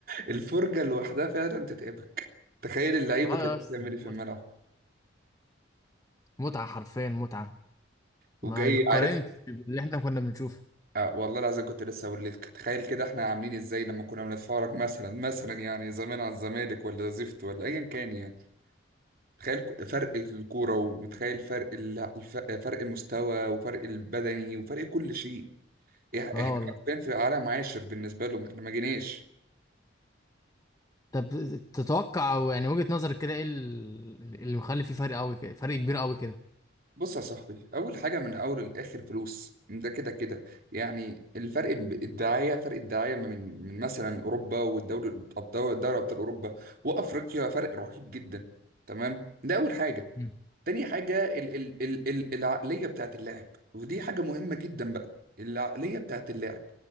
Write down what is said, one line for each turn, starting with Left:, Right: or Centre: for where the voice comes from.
Right: الفرجة لوحدها فعلا تتعبك تخيل اللعيبة
Left: اه
Right: كانت
Left: يا اسطى
Right: بتعمل ايه في
Left: متعة
Right: الملعب
Left: متعة حرفيا متعة
Right: وجاي
Left: ما تقارنش
Right: عارف
Left: باللي احنا كنا بنشوفه
Right: آه والله العظيم كنت لسه اقول لك تخيل كده احنا عاملين ازاي لما كنا بنتفرج مثلا مثلا يعني زمان على الزمالك ولا زفت ولا ايا كان يعني تخيل ك- فرق الكورة ومتخيل فرق الل- الف- فرق المستوى وفرق البدني وفرق كل شيء إيه-
Left: اه
Right: احنا
Left: والله
Right: فين في عالم عاشر بالنسبه لهم احنا ما جيناش
Left: طب تتوقع او يعني وجهة نظرك كده ايه ال- اللي مخلي فيه فرق قوي كده فرق كبير قوي كده
Right: بص يا صاحبي اول حاجه من اول للاخر فلوس ده كده كده يعني الفرق ب- الدعايه فرق الدعايه من من مثلا اوروبا والدوري الابطال دوري ابطال اوروبا وافريقيا فرق رهيب جدا تمام ده اول حاجه
Left: مم.
Right: تاني حاجة ال ال ال ال العقلية بتاعت اللاعب ودي حاجة مهمة جدا بقى العقلية بتاعت اللاعب